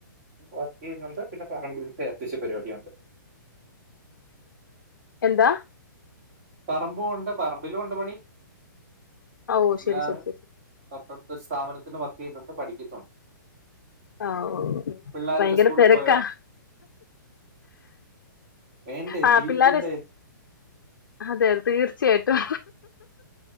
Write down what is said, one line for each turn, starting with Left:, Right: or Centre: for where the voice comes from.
Right: വർകേയുന്നുണ്ട് പിന്നേ പറമ്പിൽത്തെ അത്യവശ്യ പരിപാടിയുണ്ട്
Left: എന്താ
Right: പറമ്പു ഉണ്ട് പറമ്പിലുണ്ട് പണി
Left: ആ ഊ
Right: അല്ലാതെ
Left: ശരി ശരി
Right: <unintelligible> സ്ഥാപനത്തിൽ വർക്ക് ചെയ്യുന്നുണ്ട് പഠിക്കുന്നുണ്ട്
Left: ഓ
Right: പിള്ളേരൊക്കെ
Left: ഭയങ്കര
Right: സ്കൂളിൽ
Left: തെരക്കാ
Right: പോയോ വേണ്ടേ
Left: ആ
Right: ജീവിക്കണ്ടേ
Left: പിള്ളേര് സ് അതെ തീർച്ചയായിട്ടും